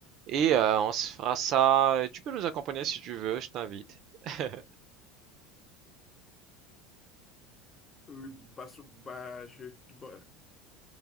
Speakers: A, on the right (about 45°); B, on the left (about 20°).
A: Et euh, on se fera ça. Et tu peux nous accompagner si tu veux, je t'invite. <laughs>
B: Oui, bah, so- bah, je, bah,